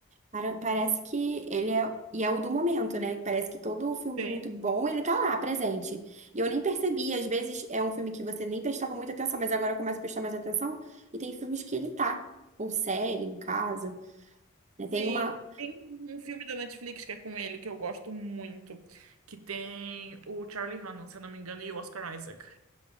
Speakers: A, on the right; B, on the right.
A: Cara, Parece que ele é, e é o do momento, né? Parece que todo filme
B: Tem.
A: muito bom, ele tá lá, presente. E eu nem percebi, às vezes é um filme que você nem prestava muita atenção, mas agora eu começo a prestar mais atenção, e tem filmes que ele tá, ou série, em casa, né? Tem
B: Sim,
A: uma.
B: tem um filme da Netflix que é com ele, que eu gosto muito, que tem o Charlie Hunnam, se eu não me engano, e o Oscar Isaac.